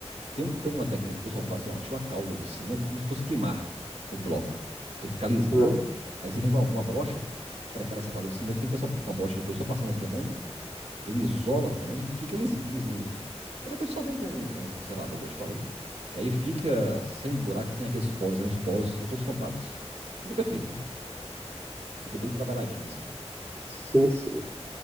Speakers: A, on the right; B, on the right.
A: Tem, um- tem uma técnica que o pessoal faz, que é uma calda de cimento, como se fosse queimar o bloco. Pra ele ficar liso, entendeu?
B: ah,
A: Aí você vem com uma, uma brocha, prepara essa calda de cimento e vem com essa com a brocha depois, só passando as demãos ele isola também, fica lisinho, lisinho, lisinho. Aí depois só vem com, com selador, como eu te falei, que aí fica sem buraco, sem aqueles poros, né? Os poros são todos tampados. Fica perfeito, fica bem trabalhadinho assim,
B: Sim, sim.